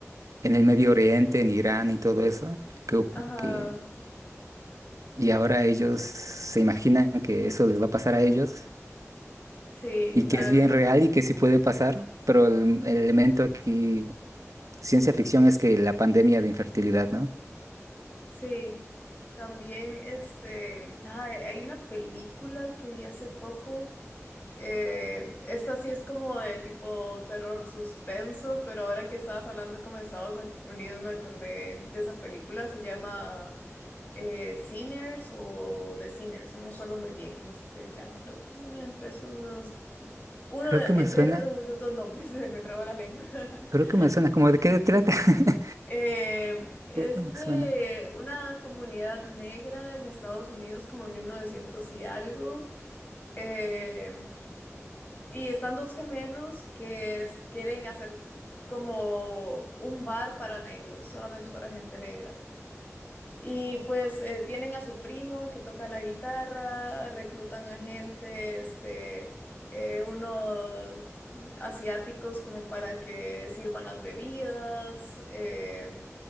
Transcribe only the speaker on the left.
Ajá.
Sí,
claro.
Sí. También, este, ay, hay una película que vi hace poco. Eh, esta sí es como de tipo terror suspenso, pero ahora que estabas hablando como de Estados Unidos me acordé de esa película, se llama eh, Sinners o The Sinners, no me acuerdo muy bien cómo es que se llama, creo que es uno entre esos unos, uno
de-
entre
esos unos dos nombres, <laughs> se me enreba la lengua. <laughs>
Eh, es
de
una comunidad negra en Estados Unidos como en 1900 y algo. Em, Y están dos gemelos que es- quieren hacer como un bar para negros, solamente para gente negra. Y pues eh, tienen a su primo que toca la guitarra, reclutan a gente, este, eh, unos asiáticos como para que sirvan las bebidas, eh,